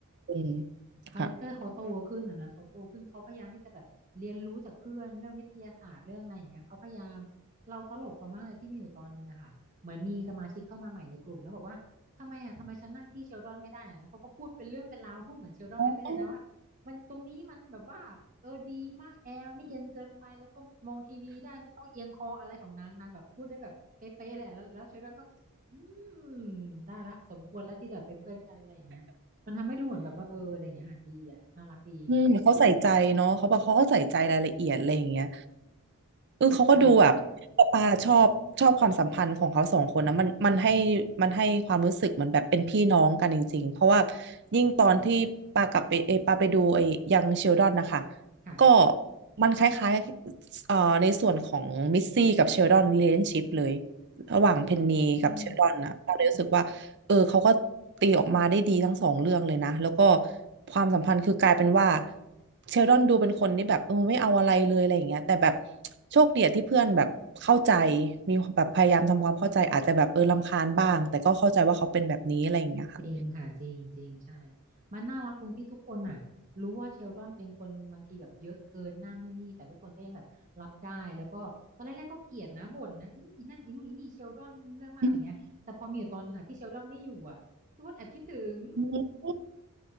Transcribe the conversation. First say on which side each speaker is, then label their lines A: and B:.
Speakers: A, on the right; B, on the right.
A: อืม
B: คาแรคเตอร์เขาโตขึ้นอ่ะนะเขาโตขึ้นเขาพยายามที่จะแบบเรียนรู้จากเพื่อนเรื่องวิทยาศาสตร์เรื่องอะไรอย่างเงี้ยเขาพยายาม
A: ค่ะ
B: เราตลกเขามากเลยที่มีอยู่ตอนนึงอะค่ะเหมือนมีสมาชิกเข้ามาใหม่ในกลุ่มแล้วบอกว่าทำไมอ่ะทำไมฉันนั่งที่เชลดอนไม่ได้อะแล้วเขาก็พูดเป็นเรื่องเป็นราวพูดเหมือนเชลดอนไปไปเลยนะว่ามันตรงนี้มันแบบว่าเออดีมากแอร์มันไม่เย็นเกินไปแล้วก็มองทีวีได้ไม่ต้องเอียงคออะไรของนางนางแบบพูดได้แบบเป๊ะๆเลยอะแล้วแล้วเชลดอนก็อื
A: อ๋อ
B: มได้ละสมควรแล้วที่จะเป็นเพื่อนกันอะไรอย่างเงี้ย มันทำให้ดูเหมือนแบบว่าเอออะไรอย่างเงี้ยค่ะดีอ่ะน่ารักดี
A: อืมเขาใส่ใจเนาะเขาบอกเขาก็ใส่ใจรายละเอียดอะไรอย่างเงี้ยเออเขาก็ดูแบบ
B: ใช่
A: ปาชอบชอบความสัมพันธ์ของเขาสองคนนะมันมันให้มันให้ความรู้สึกเหมือนแบบเป็นพี่น้องกันจริงๆ เพราะว่ายิ่งตอนที่ปากลับไปเอยปาไปดูไอ้ยังเชลดอนนะคะ
B: ค่ะ
A: ก็มันคล้ายๆเอ่อในส่วนของมิสซี่กับเชลดอน relationship เลยระหว่างเพนนีกับเชลดอนนะปาเลยรู้สึกว่า
B: อืมอืม
A: เออเขาก็ตีออกมาได้ดีทั้งสองเรื่องเลยนะแล้วก็ความสัมพันธ์คือกลายเป็นว่าเชลดอนดูเป็นคนนี่แบบเออไม่เอาอะไรเลยอะไรอย่างเงี้ยแต่แบบโชคดีอะที่เพื่อนแบบเข้าใจมีแบบพยายามทำความเข้าใจอาจจะแบบเออรำคาญบ้างแต่ก็เข้าใจว่าเขาเป็นแบบนี้อะไรอย่างเงี้ยค่ะ
B: จริงค่ะจริงจริงใช่ มันน่ารักตรงที่ทุกคนน่ะรู้ว่าเชลดอนเป็นคนบางทีแบบเยอะเกินนั่นนู่นนี่แต่ทุกคนก็ยังแบบรับได้แล้วก็ตอนแรกๆก็เกลียดนะบ่นนะอีอีนั่นอีนู่นอีนี่เชลดอนเรื่องมากอะไรเงี้ยแต่พอมีอยู่ตอนนึงค่ะที่เชลดอนไม่อยู่อ่ะทุกคนแอบคิดถึง
A: อืม